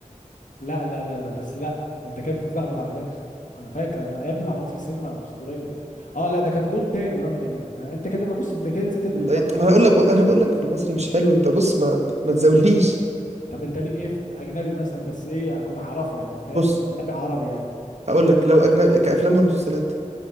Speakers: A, on the left (about 75°); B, on the right (about 55°).
A: لا لا لا لا بس لا انت كده بتتلخبط على فكره انا فاكر انا يا ابني معلوماتي في السينما اسطوريه اه لا ده كان دور تاني رامي جمال آه، انت كده ببص انت كده نسيت ال-
B: ولا
A: البطل
B: ايه ما انا هقول لك انا بقول لك في المصري مش حلو انت بص ما انت ما تزاولنيش
A: طب انت ليك ايه في اجنبي مثلا بس ايه اكون اعرفه يعني فاهم
B: بص
A: النبي عربي يعني
B: هقول لك لو اجنبي كافلام ومسلسلات